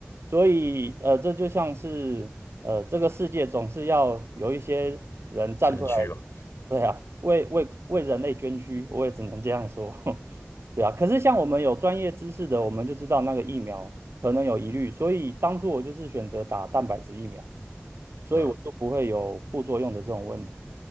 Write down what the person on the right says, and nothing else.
所以呃，这就像是呃，这个世界总是要有一些人站出来，
对啊，为为为人类捐躯，我也只能这样说，<laughs> 对啊。可是像我们有专业知识的，我们就知道那个疫苗可能有疑虑，所以当初我就是选择打蛋白质疫苗，所以我就不会有副作用的这种问题。